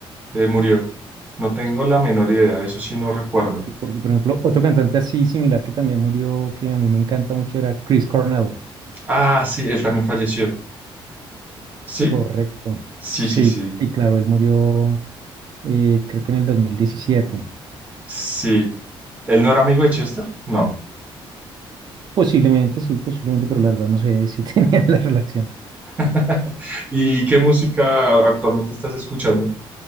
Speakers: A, on the right; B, on the right.
A: eh, murió. No tengo la menor idea, eso sí no recuerdo.
B: Porque, por ejemplo, otro cantante así similar que también murió, que a mí me encanta mucho, era Chris Cornell.
A: Ah, sí, él también falleció. ¿Sí?
B: Correcto.
A: Sí,
B: Sí,
A: sí, sí.
B: sí, claro, él murió eh, creo que en el dos mil diecisiete
A: Sí. ¿Él no era amigo de Chester? No.
B: Posiblemente, sí, posiblemente, pero la verdad no sé si <laughs> tenía la relación.
A: <laughs> ¿Y qué música actualmente estás escuchando?